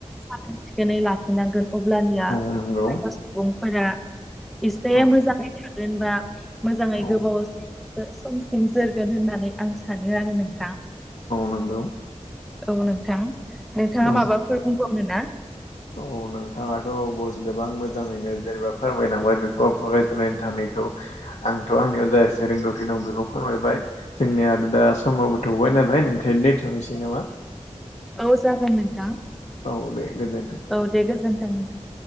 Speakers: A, in the centre; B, on the left.
A: साखोन सिखोनै ला खिनांगोन अब्लानिया
B: नंगौ
A: जोंनो सुबुंफोरा एसे
B: औ
A: मोजाङै थागोनबा मोजाङै
B: औ
A: गोबाव <unintelligible> समसिम जोरगोन होननानै आं सानो आरो नोंथां।
B: नंगौ
A: औ नोंथां, नोंथाङा
B: औ
A: माबा फोर बुंबावनो ना?
B: औ नोंथाङाथ' गोबां मोजाङैनो जेनेबा फोरमायलांबाय बेफोर फरायजायनानै थानायखौ। आंथ' आंनियाव जायसे रोंगौथि दं बेखौ फोरमायबाय जोंनिया आरो दा समावबोथौबाय नालाय नोंखायनो द थांनोसै नामा?
A: औ जागोन नोंथां।
B: औ दे गोजोन्थों।
A: औ दे गोजोनथों नोंथां।